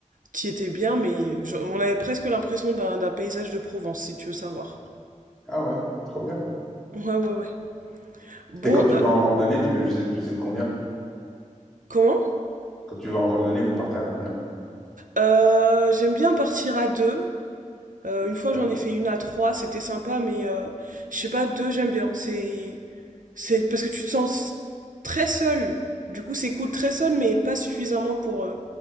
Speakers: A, on the right; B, in the centre.
A: t'y étais bien, mais je- on avait presque l'impression d'un d'un paysage de Provence, si tu veux savoir.
B: Ah ouais, trop bien.
A: Ouais, ouais, ouais. Bon,
B: Et quand tu
A: euh,
B: vas en randonnée, tu faisais, tu faisais de combien?
A: comment?
B: Quand tu vas en randonnée, vous partez à combien?
A: Euh, j'aime bien partir à deux. Euh, une fois
B: D'accord.
A: j'en ai fait une à trois, c'était sympa, mais euh, je sais pas, deux j'aime bien. C'est c'est parce que tu te sens très seul. Du coup c'est cool très seul, mais pas suffisamment pour euh,